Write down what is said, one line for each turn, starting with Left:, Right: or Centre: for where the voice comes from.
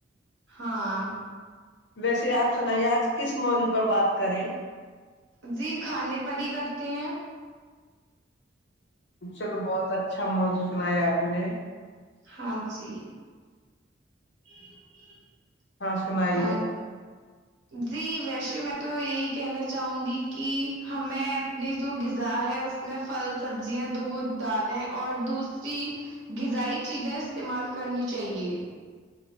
Right: ہاں۔
Left: ویسے آپ سنائیے آج کس موضو پر بات کریں۔
Right: جی کھانے پ ہی کرتے ہیں۔
Left: چلو بہت اچھا موجو سنائی آپ نے۔
Right: ہاں جی۔ <unintelligible>
Left: اور سنائیے۔
Right: آ، جی ویسے میں تو یہی کہنے چاہوں گی کہ۔ ہمیں اپنی جو غذا ہے اس میں پھل سبزیاں دودھ دالیں اور دوسری غذائی چیزیں استعمال کرنی چاہیے۔